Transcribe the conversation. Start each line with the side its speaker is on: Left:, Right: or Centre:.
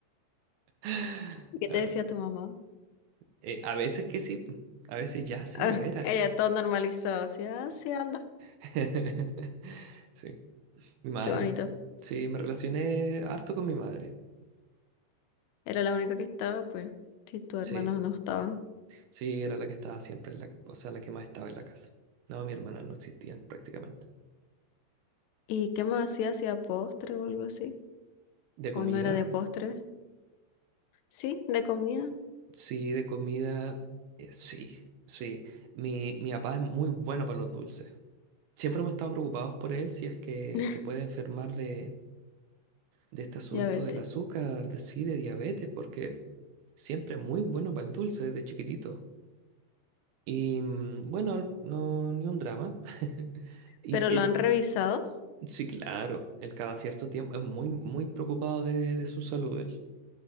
Right: <laughs>
Left: ¿Y qué
Right: Ah,
Left: te decía tu mamá? <laughs>
Right: eh, a veces que sí, a veces ya sí,
Left: Ah,
Right: de veras.
Left: ella todo normalizado, así, ah, sí, anda,
Right: <laughs> Sí. Mi madre.
Left: qué bonito.
Right: Sí, me relacioné harto con mi madre.
Left: Era la única que estaba, pues, si tus
Right: Sí,
Left: hermanos no estaban.
Right: sí, era la que estaba siempre en la, o sea, la que más estaba en la casa. No, mi hermana no existían prácticamente.
Left: ¿Y qué más hacía? ¿Hacía postre o algo así?
Right: ¿De comida?
Left: ¿O no era de postre? Sí, de comida.
Right: Sí, de comida, eh, sí, sí. Mi, mi papá es muy bueno para los dulces. Siempre hemos estado preocupados por él si es que
Left: <laughs>
Right: se puede enfermar de, de este asunto
Left: Ya vete.
Right: del azúcar, de sí, de diabetes, porque siempre es muy bueno para el dulce desde chiquitito. Y mm, bueno, no, ni un drama. <laughs> Y,
Left: ¿Pero lo
Right: eh,
Left: han revisado?
Right: sí, claro, él cada cierto tiempo es muy, muy preocupado de, de su salud, él.